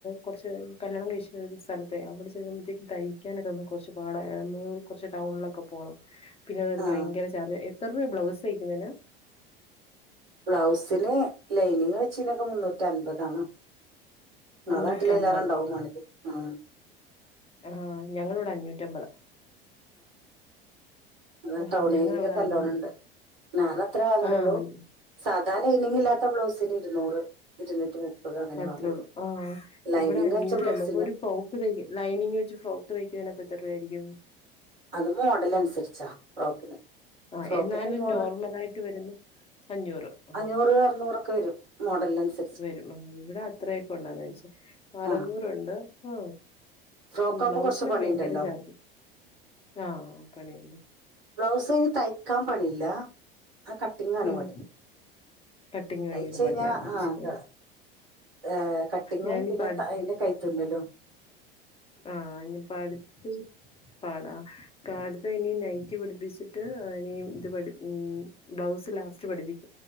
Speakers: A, on the left; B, on the right.
A: കുറച്ച് കല്യാണം കഴശ സ്ഥലത്തെ അവിടെ ചെന്നുമ്പോഴത്തേക്കക്ക് തയ്ക്കാനൊക്കെ കൊറച്ച് പാട കുറച്ച് ടൗണിലൊക്കെ പോണം പിന്നെ അതുപോലെ
B: ആ
A: ഭയങ്കര ചാർജ് എത്തർവയ ബ്ലൗസ് തയ്ക്കുന്നന്
B: ബ്ലൗസിന് ലൈനിങ് വെച്ചനൊക്കെ മുന്നൂറ്റി അൻമ്പതാണ്
A: മുന്നൂറ്റമ്പത്
B: അതാട്ടില്ല എല്ലാരുംണ്ടാവും മണക്ക് ഉ
A: ആ ഞങ്ങളിവിടെ അഞ്ഞൂറ്റമ്പതാ
B: അ
A: ആ,
B: ടൗൺ
A: ഞങ്ങളിവിടെ
B: ഏരിയയിലക്കെല്ലോണംണ്ട്
A: അഞ്ഞൂ
B: ഞാൻ അത്രേ വാങ്ങലള്ളൂ
A: ആഹ്
B: സാധാ ലൈനിംഗില്ലാത്ത ബ്ലൗസിന് ഇരുന്നൂറ് ഇരുന്നൂറ്റി അങ്ങനെ
A: അത്രേള്ളൂ
B: വാങ്ങുള്ളൂ
A: ആ
B: ലൈനിങ്
A: ഇവിടെ അഞ്ഞൂറ്റ
B: വെച്ച ബ്ലൗസിന്
A: അപ്പൊ ഒരു ഫ്രോക്ക് ത ലൈനിങ് വെച് ഫ്രോക്ക് തക്ക ത്തർവയാരിക്കും
B: അത് മോഡൽ അനുസരിച്ചാ ഫ്രോക്കിന്
A: ആ
B: ഫ്രോക്കിന്
A: എന്നാലും
B: അഞ്ഞൂറ്
A: നോർമലായിട്ട് വരുമ്പോ അഞ്ഞൂറ് ആഹ്
B: അഞ്ഞൂറ് അറുന്നൂറൊക്കെ വരും മോഡൽ ലെൻസ്
A: വരും ഇവിടെ അത്രയക്കണ്ടന്ന്ച്ച അറുന്നൂറണ്ട്
B: ആ
A: ആ
B: ഫ്രോക്ക് ആകുമ്പോൾ
A: ബ്ലൗസിനൊക്കെ
B: കുറച്ച് പണിയുണ്ടല്ലോ
A: ഭയങ്കര ചാർജ ആ പണിണ്ട്
B: ബ്ലൗസ്നി തയ്ക്കാൻ പണില്ല അ കട്ടിങ്ങ ആണ്
A: ഉം
B: പണി
A: കട്ടിങ് ഭയങ്കര
B: തയ്ച്ചഞ്ഞഞാ
A: പണിയാ അത്
B: ആ
A: ശരിയാണ്
B: കേ ഏ കട്ടിങ്ങും
A: ഞാനിപ്പ
B: പിന്നെ അതിന്റെ കൈ തുന്നലും
A: ആഹ അനിപ്പ അടുത്തത് പാടാ കാടുത്ത് ഇനി നൈറ്റി പിടിപ്പിച്ചിട്ട് ഇനി ഇത് പ ഉ ബ്ലൗസ് ലാസ്റ്റ് പഠിക്കു